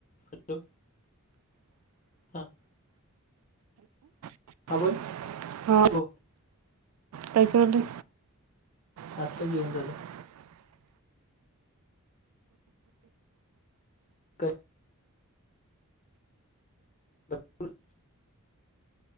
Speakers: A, on the left; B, on the right.
A: Hello! हा.
B: <unintelligible> हा
A: हा बोल हो
B: काय करालाय? <unintelligible>
A: आत्ता जेवण झालं काय <inaudible>